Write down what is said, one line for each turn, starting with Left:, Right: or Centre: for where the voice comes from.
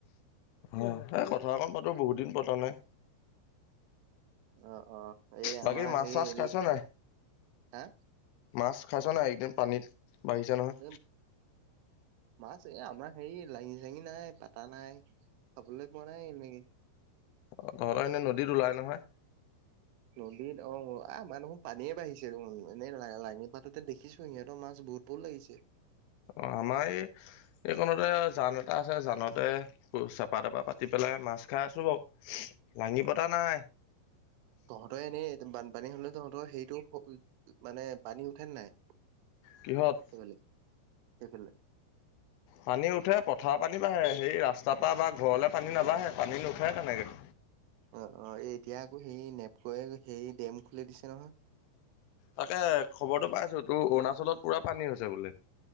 Left: হয়, এ কথা অকন পাতো বহুত দিন পতা নাই।
Right: অ', অ', এই
Left: বাকী
Right: আমাৰ
Left: মাছ
Right: হেৰি
Left: চাছ খাইছ নাই
Right: হা?
Left: মাছ খাইছ নাই? এইকেইদিন পানীত বাঢ়িছে নহয়।
Right: এ মাছ এ আমাৰ হেৰি লাঙি -জাঙি নাই পাতা নাই। খাবলৈ পোৱা নাই নেকি?
Left: অ তহঁত এনেই নদীত ওলাই নহয়।
Right: নদীত অঁ আ আমা দেখোন পানীয়ে বাঢ়িছে দেখোন, এনেই লা -লাঙি পাতোতে দেখিছো সিহঁতৰ মাছ বহুত- বহুত লাগিছে।
Left: অঁ' আমাৰ এই এইকনতে জান এটা আছে জানতে- চেপা -তেপা পাতি পেলাই মাছ খাই আছো বাৰু। লাঙি পতা নাই।
Right: তয় এনেই বানপানী হলে তহঁতৰ সেৰিটো প মানে পানী উঠে নে নাই?
Left: কিহত?
Right: সেইফালে সেইফালে।
Left: পানী উঠে পথাৰ পানী বাঢ়ে সেই ৰাস্তাৰ পৰা বা ঘৰলে পানী নাবাঢ়ে পানী নুঠে তেনেকে।
Right: অঁ অঁ এই এতিয়া আকৌ হেই নেপকয়ে হেই ডেম খুলি দিছে নহয়।
Left: তাকে খবৰটো পাইছো তোৰ অৰুণাচলত পুৰা পানী হৈছে বোলে।